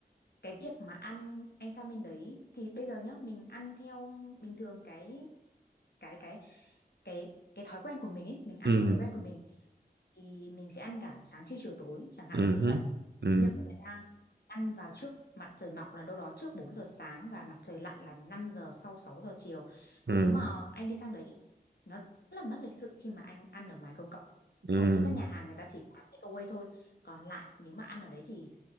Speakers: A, on the left; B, on the right.
A: cái việc mà ăn anh sang bên đấy thì bây giờ nhá mình ăn theo bình thường cái cái cái cái cái thói quen của mình ấy mình ăn
B: ừ
A: theo thói quen của mình thì mình sẽ ăn cả sáng trưa chiều tối chẳng hạn
B: ừ
A: là như
B: hứ,
A: vậy
B: ừ
A: nhưng mà người ta ăn vào trước mặt trời mọc là đâu đó trước bốn giờ sáng và mặt trời lặn là năm giờ sau sáu giờ chiều
B: ừ
A: thì nếu mà anh đi sang đấy nó rất là mất lịch sự khi mà anh ăn ở ngoài công cộng
B: ừ
A: hầu như các nhà hàng người ta chỉ bán takeaway thôi còn lại nếu mà ăn ở đấy thì